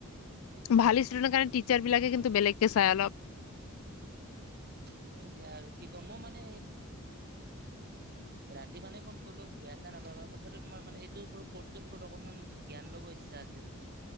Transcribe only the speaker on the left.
ভাল ষ্টুডেণ্টৰ কাৰণে টিচাৰ বিলাকে কিন্তু বেলেগকে চাই অলপ।